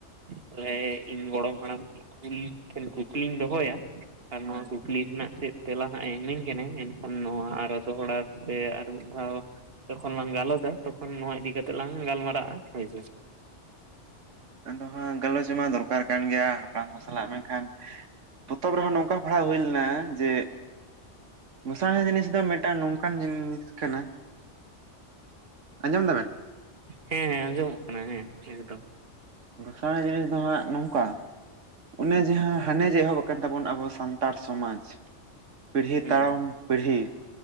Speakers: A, on the right; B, on the right.
A: ᱢᱟᱱᱮ ᱤᱧ ᱜᱚᱲᱚᱢ ᱦᱟᱲᱟᱢ ᱠᱩᱞ ᱴᱷᱮᱱ ᱠᱩᱠᱞᱤᱧ ᱫᱚᱦᱚᱭᱟ, ᱟᱨ
B: ᱦᱳᱭ
A: ᱱᱚᱣᱟ ᱠᱩᱠᱞᱤ ᱨᱮᱱᱟᱜ ᱪᱮᱫ ᱛᱮᱞᱟ ᱦᱟᱸᱜ ᱮ ᱤᱢᱟᱹᱧ ᱠᱟᱱᱟᱭ, ᱮᱱᱠᱷᱟᱱ ᱱᱚᱣᱟ ᱟᱨᱚ ᱫᱚᱦᱲᱟ ᱥᱮ ᱟᱨ ᱢᱤᱫ ᱫᱷᱟᱣ ᱡᱚᱠᱷᱚᱱ ᱞᱟᱝ ᱜᱟᱞᱚᱪᱟ ᱛᱚᱠᱷᱚᱱ ᱱᱚᱣᱟ ᱤᱫᱤ ᱠᱟᱛᱮᱜ ᱞᱟᱝ ᱜᱟᱞᱢᱟᱨᱟᱜᱼᱟ ᱦᱳᱭ ᱥᱮ᱾
B: ᱟᱫᱚ ᱦᱟᱸᱜ ᱜᱟᱞᱚᱪ ᱢᱟ ᱫᱚᱨᱠᱟᱨ ᱠᱟᱱ ᱜᱮᱭᱟ, ᱦᱟᱯᱲᱟᱢ ᱠᱚ ᱥᱟᱞᱟᱜ ᱢᱮᱱᱠᱷᱟᱱ ᱛᱚᱛᱚᱵ ᱨᱮᱦᱚᱸ ᱱᱚᱝᱠᱟ ᱯᱟᱲᱦᱟᱣ ᱦᱩᱭ ᱞᱮᱱᱟ ᱡᱮ ᱜᱚᱸᱥᱟᱬᱦᱮ ᱡᱤᱱᱤᱥ ᱫᱚ ᱢᱤᱫᱴᱟᱝ ᱱᱚᱝᱠᱟᱱ ᱡᱤᱱᱤᱥ ᱠᱟᱱᱟ, ᱟᱸᱡᱚᱢ ᱫᱟᱵᱮᱱ?
A: ᱦᱮᱸ ᱟᱸᱡᱚᱢᱚᱜ ᱠᱟᱱᱟ ᱦᱮᱸ ᱮᱠᱫᱚᱢ᱾
B: ᱜᱚᱸᱥᱟᱬᱮ ᱡᱤᱱᱤᱥ ᱫᱚ ᱦᱟᱸᱜ ᱱᱚᱝᱠᱟ ᱚᱱᱮ ᱡᱟᱦᱟᱸ ᱦᱟᱱᱮ ᱡᱮ ᱮᱦᱚᱵ ᱟᱠᱟᱱ ᱛᱟᱵᱚᱱ ᱟᱵᱚ ᱥᱟᱱᱛᱟᱲ ᱥᱚᱢᱟᱡᱽ ᱯᱤᱲᱦᱤ
A: ᱦᱩᱸ
B: ᱛᱟᱲᱚᱢ ᱯᱤᱲᱦᱤ᱾